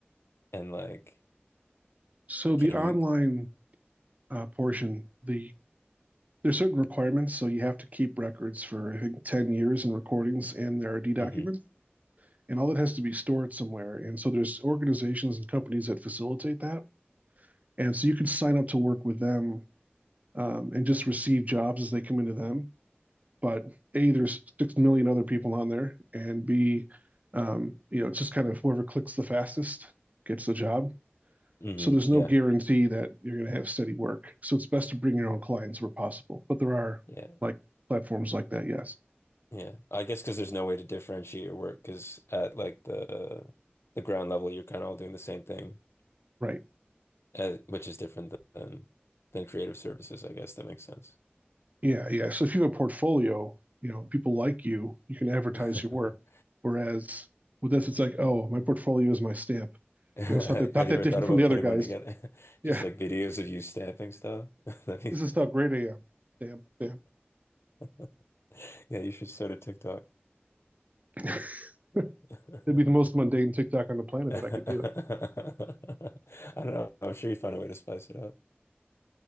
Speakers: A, on the left; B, on the right.
A: and like
B: So the
A: can
B: online
A: you
B: uh, portion, the there's certain requirements. So you have to keep records for I think 10 years and recordings and their RD documents
A: mm-hmm.
B: And all that has to be stored somewhere. And so there's organizations and companies that facilitate that And so you can sign up to work with them um, and just receive jobs as they come into them. But A, there's 6 million other people on there. And B, um, you know, it's just kind of whoever clicks the fastest gets the job.
A: Mm-hmm.
B: So there's no
A: Yeah.
B: guarantee that you're going to have steady work. So it's best to bring your own clients where possible. But there are
A: Yeah,
B: like platforms like that, yes.
A: yeah. I guess because there's no way to differentiate your work because at like the the ground level, you're kind of all doing the same thing,
B: Right.
A: uh, which is different than than creative services. I guess that makes sense.
B: Yeah, yeah. So if you have a portfolio, you know, people like you, you can advertise
A: <laughs>
B: your work. Whereas with this, it's like, oh, my portfolio is my stamp.
A: Have
B: You know, it's not that not that
A: you ever
B: different
A: thought about
B: from the other
A: putting
B: guys.
A: one together? <laughs>
B: Yeah,
A: Just like videos of you stamping stuff? <laughs> That means
B: this is how great I am. Stamp, stamp.
A: <laughs> Yeah, you should start a TikTok.
B: <laughs>
A: <laughs>
B: It'd be the most mundane TikTok on the planet,
A: I
B: but I could do it.
A: don't know. I'm sure you'd find a way to spice it up.